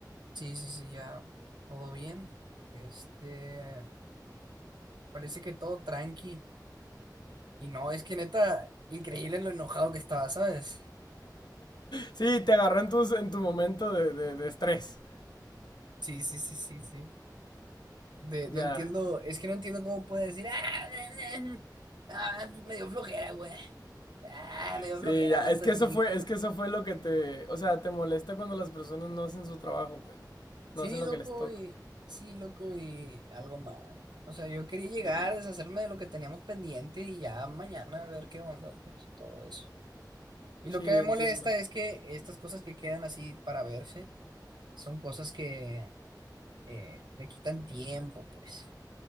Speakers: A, on the right; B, on the left.
A: Sí, sí, sí, ya. Todo bien. Este... Parece que todo tranqui. Y no, es que neta, increíble lo enojado que estaba, ¿sabes?
B: Sí, te agarró en tu, en tu momento de, de, de estrés.
A: Sí, sí, sí, sí, sí. De,
B: Ya.
A: no entiendo, es que no entiendo cómo puede decir, ah, <laughs> eh, eh, ah, pues me dio flojera, güey. Ah, me dio
B: Sí,
A: flojera,
B: ya.
A: vato.
B: Es que
A: Y,
B: eso fue, es que eso fue lo que te, o sea, te molesta cuando las personas no hacen su trabajo, pues.
A: sí,
B: No hacen
A: loco,
B: lo que les toca.
A: y sí, loco, y algo mal. O sea, yo quería llegar,
B: Sí,
A: deshacerme de lo que teníamos pendiente y ya mañana a ver qué onda, pues todo eso. Y
B: sí,
A: lo que me
B: entiendo.
A: molesta es que estas cosas que quedan así para verse son cosas que eh, me quitan tiempo, pues.